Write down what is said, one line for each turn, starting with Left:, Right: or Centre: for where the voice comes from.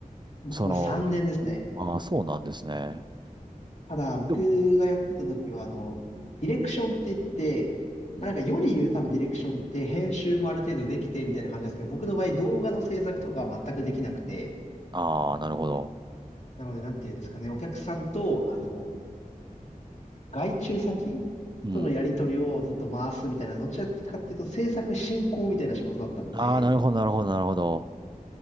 Left: 僕は3年ですね。
Right: その、ああ、そうなんですね。
Left: ただ、僕がやってた時は、
Right: でも、
Left: あの、ディレクションって言って、
Right: うん。
Left: まあ、なんか世に言う多分ディレクションって編集もある程度できてみたいな感じなんですけど、僕の場合動画の制作とかは全くできなくて、
Right: ああ、なるほど。
Left: なので、なんて言うんですかね、お客さんと、あの、外注先
Right: うん。
Left: とのやり取りをずっと回すみたいな、どちらかっていうと制作進行みたいな仕事だったので、
Right: ああ、なるほど、なるほど、なるほど。